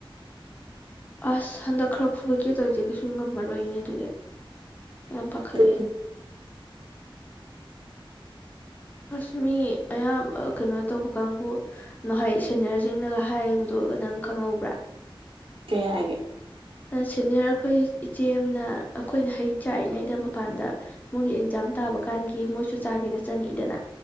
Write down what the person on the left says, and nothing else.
ꯑꯁ ꯍꯟꯗꯛ ꯈꯔ ꯐꯨꯒꯠꯀꯦ ꯇꯧꯔꯤꯁꯦ ꯀꯩꯁꯨ ꯉꯝꯃꯔꯣꯏꯅꯦ ꯑꯗꯨꯗꯤ ꯌꯥꯝ ꯄꯥꯈꯠꯂꯛꯑꯦ
ꯑꯁ ꯃꯤ ꯑꯌꯥꯝꯕ ꯑꯥ ꯀꯩꯅꯣ ꯇꯧꯕ ꯀꯥꯡꯕꯨ ꯅꯍꯣꯢ ꯁꯦꯅꯤꯌꯔꯖꯤꯡꯅꯒ ꯍꯥꯏꯕꯗꯣ ꯅꯪ ꯈꯪꯍꯧꯕ꯭ꯔꯥ
ꯑꯥ ꯁꯦꯅꯤꯌꯔ ꯑꯩꯈꯣꯏ ꯏꯆꯦ ꯑꯃꯅ ꯑꯩꯈꯣꯏꯅ ꯍꯩ ꯆꯥꯛꯔꯤꯉꯩꯗ ꯃꯄꯥꯟꯗ ꯃꯣꯏꯒꯤ ꯑꯦꯛꯖꯥꯝ ꯇꯥꯕ ꯀꯥꯟꯒꯤ ꯃꯣꯏꯁꯨ ꯆꯥꯒꯦꯅ ꯆꯪꯉꯛꯏꯗꯅ